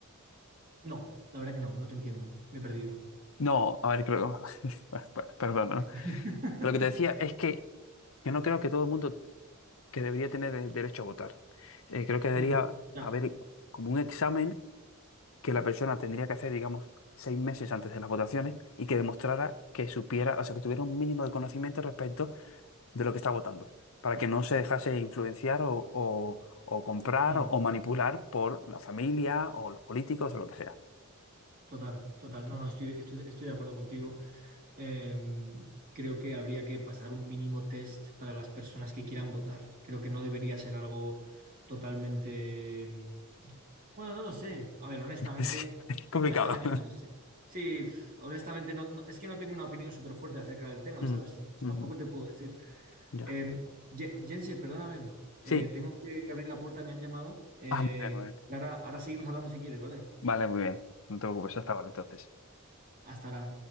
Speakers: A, on the right; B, on the left.
A: No, la verdad que no, no te entiendo. Me he perdido.
B: No, a ver, creo. <laughs> Perdón, ¿no?
A: <laughs>
B: Pero lo que te decía es que yo no creo que todo el mundo que debería tener el derecho a votar. Eh, creo que debería
A: Mm, claro.
B: haber como un examen que la persona tendría que hacer, digamos, seis meses antes de las votaciones y que demostrara que supiera, o sea, que tuviera un mínimo de conocimiento respecto de lo que está votando, para que no se dejase influenciar o, o- o comprar
A: Mm.
B: o, o manipular por la familia o los políticos o lo que sea.
A: Total, total. No, no, estoy, estoy, estoy de acuerdo contigo. Eh, creo que habría que pasar un mínimo test para las personas que quieran votar. Creo que no debería ser algo totalmente... Bueno, no lo sé. A ver, honestamente,
B: <laughs> Sí, es complicado.
A: honestamente no lo sé. Sí, honestamente, no, no- es que no tengo una opinión súper fuerte acerca del tema,
B: Mm,
A: ¿sabes? Entonces,
B: ujú,
A: tampoco te puedo decir.
B: ya.
A: Eh, Ye- Jense, perdóname. Eh,
B: Sí.
A: tengo que, que abrir la puerta, me han llamado. Eh,
B: Ah, muy bien, muy bien.
A: Clara, ahora seguimos hablando si quieres, ¿vale?
B: Vale, muy bien. No te preocupes, hasta ahora entonces.
A: Hasta ahora.